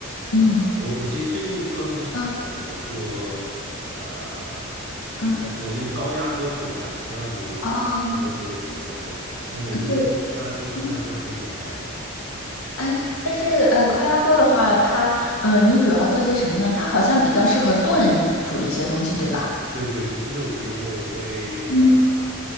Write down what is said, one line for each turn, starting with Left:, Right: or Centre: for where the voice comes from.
Right: 呃，
Left: <laughs> 嗯
Right: 嗯我我其实最近做那个什么比较多，
Left: 嗯
Right: 做呃
Left: 嗯，
Right: 叫做用高压锅做饭，我不知道你有没有这个习惯，
Left: 哦，
Right: 对，但是我觉得用高压锅做饭就很简单。
Left: 呃对，嗯，
Right: 嗯
Left: 哎，但是呃，高压锅的话，它呃，你主要做些什么呢？它好像比较适合炖煮一些东西，对吧？
Right: 对对对，就是我，比如说我会，
Left: 嗯
Right: 呃，